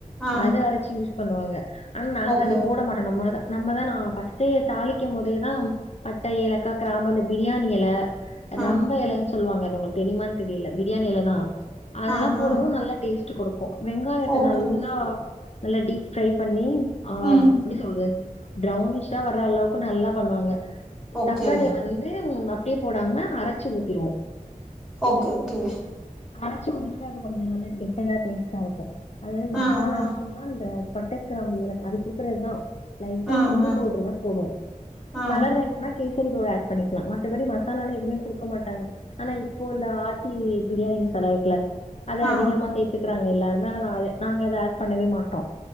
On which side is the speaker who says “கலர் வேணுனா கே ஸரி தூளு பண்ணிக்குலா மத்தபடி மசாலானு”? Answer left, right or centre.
Left